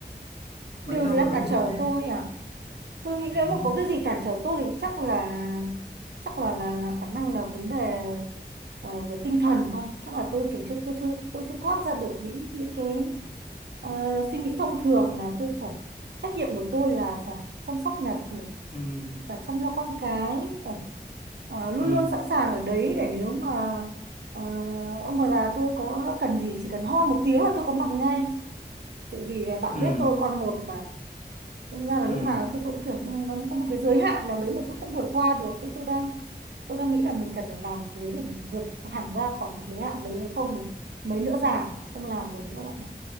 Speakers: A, on the left; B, on the right.
A: mấy
B: điều
A: năm
B: gì đang
A: rồi vẫn
B: cản
A: định
B: trở
A: thế
B: tôi à tôi nghĩ
A: ừ
B: nếu mà có cái gì cản trở tôi thì chắc là chắc là là, là khả năng là vấn đề ờ, về tinh thần thôi chắc là tôi kiểu chưa tôi chưa tôi chưa thoát ra được những những cái ờ, suy nghĩ thông thường là tôi phải trách nhiệm của tôi là phải chăm sóc nhà cửa
A: ừ
B: phải chăm lo con cái phải, ờ, luôn
A: ừ
B: luôn sẵn sàng ở đấy để nếu mà ờ, ông bà già tôi có cần gì chỉ cần ho một tiếng là tôi có mặt ngay tại vì là bạn
A: ừ
B: biết tôi con một mà Đúng ra là
A: ừ
B: lúc nào tôi cũng kiểu như nó có một cái giới hạn nào đấy mà tôi không vượt qua được cái tôi đang tôi đang nghĩ là mình cần phải làm gì đấy để mình vượt hẳn ra khỏi cái giới hạn đấy nếu không mình mấy nữa già không làm được nữa bạn ạ